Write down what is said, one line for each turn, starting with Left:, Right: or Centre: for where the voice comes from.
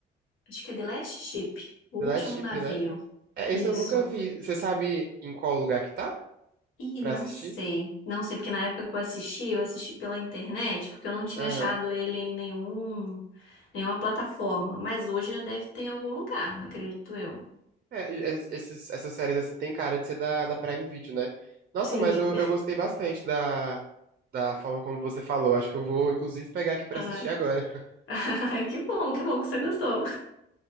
Left: <laughs> Acho que é The Last Ship, o
Right: The
Left: último
Right: Last Ship,
Left: navio.
Right: né? É,
Left: Isso.
Right: esse eu nunca vi. Você sabe em qual lugar que tá
Left: Ih,
Right: pra
Left: não
Right: assistir?
Left: sei. Não sei, porque na época que eu assisti, eu assisti pela internet, porque eu não tinha
Right: Aham.
Left: achado ele em nenhum, nenhuma plataforma. Mas hoje já deve ter em algum lugar, acredito eu.
Right: É, e- es- esses, essas séries, assim, tem cara de ser da, da Prime Video, né? Nossa,
Left: Sim.
Right: mas eu, eu gostei bastante da, da forma como você falou. Acho que eu vou, inclusive, pegar aqui pra
Left: Ah,
Right: assistir agora. <laughs>
Left: <laughs> que bom, que bom que você gostou.